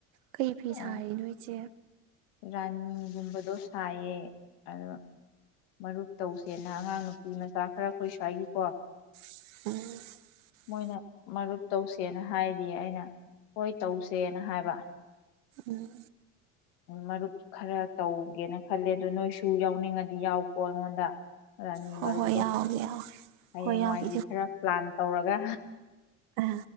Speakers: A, on the right; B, on the left.
A: ꯀꯩ ꯐꯤ
B: ꯑ
A: ꯁꯥꯔꯤꯅꯣ ꯏꯆꯦ
B: ꯔꯥꯅꯤꯒꯨꯝꯕꯗꯣ ꯁꯥꯌꯦ ꯑꯗꯣ ꯃꯔꯨꯞ ꯇꯧꯁꯦꯅ ꯑꯉꯥꯡ ꯅꯨꯄꯤ ꯃꯆꯥ ꯆꯥ ꯈꯔ ꯑꯩꯈꯣꯏ ꯁ꯭ꯋꯥꯏꯒꯤꯀꯣ
A: ꯑꯣ
B: ꯃꯣꯏꯅ ꯃꯔꯨꯞꯞ ꯇꯧꯁꯦꯅ ꯍꯥꯏꯔꯤꯍꯦ ꯑꯩꯅ ꯍꯣꯏ ꯇꯧꯁꯦꯅ ꯍꯥꯏꯕ
A: ꯎꯝ
B: ꯃꯔꯨꯞ ꯈꯔ ꯇꯧꯒꯦꯅ ꯈꯜꯂꯦ ꯑꯗꯨ ꯅꯣꯏꯁꯨ ꯌꯥꯎꯅꯤꯡꯉꯗꯤ ꯌꯥꯎꯀꯣ ꯑꯩꯉꯣꯟꯗ ꯔꯥꯅꯤ
A: ꯍꯣꯏ
B: ꯃꯔꯨꯞꯛꯇꯣ
A: ꯍꯣꯏ ꯌꯥꯎꯒꯦ ꯌꯥꯎꯒꯦ
B: ꯍꯌꯦꯡꯋꯥꯏꯒꯤ
A: ꯍꯣꯏ ꯌꯥꯎꯒꯦ
B: ꯈꯔ ꯄ꯭ꯂꯥꯟ ꯇꯧꯔꯒ
A: ꯑ